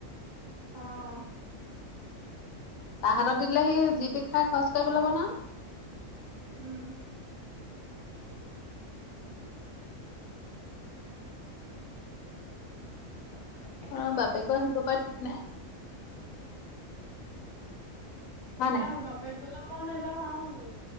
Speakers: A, on the right; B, on the left.
A: অ',
B: তাৰ হাতত দি দিলে, সি যি তি খাই, খৰচ কৰি পেলাব নহয়।
A: উম্, <inaudible>
B: অ', বাপেকো আহিব পাৰে, ঠিক নাই। হয়
A: এতিয়া,
B: নাই
A: বাপেক গ'লে, মই নাযাওঁ আৰু